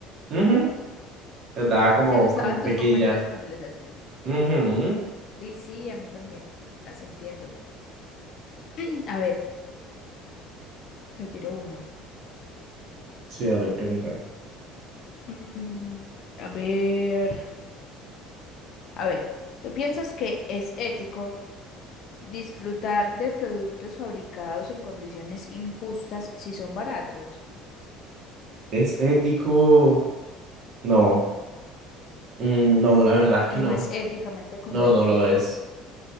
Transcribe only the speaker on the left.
se,
se asustaban
tus compañeras cuando les hacías.
Y sí, a mí también, las entiendo. <clears throat> A ver, te tiro una.
Mm, a ver, a ver, ¿tú piensas que es ético disfrutar de productos fabricados en condiciones injustas si son baratos?
que
no es éticamente correcto.